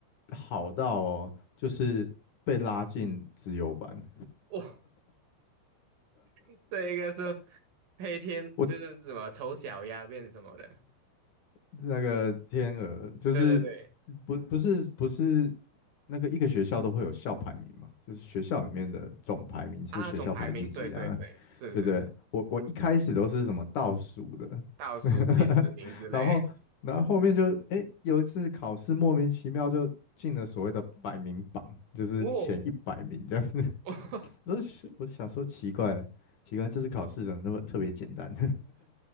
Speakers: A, on the left; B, on the right.
A: 好到哦，就是被拉进资优班，
B: <laughs> <laughs> 这一个是黑天，
A: 我。
B: 就是什么丑小鸭变什么的，
A: 那个天鹅就是
B: 对对对，
A: 不不是不是那个一个学校都会有校排名嘛，就是学校里面的总排名是学校排第几啊，
B: 啊，总排名，对对对，是是是，
A: 对不对？我我一开始都是什么倒数的，
B: 倒数第十名之类。
A: <laughs> 然后然后后面就诶有一次考试莫名其妙就进了所谓的百名榜，就是前一百名这样子，
B: 哦，
A: <laughs>
B: <laughs>
A: 我就我就想说奇怪了，奇怪这次考试怎么那么特别简单？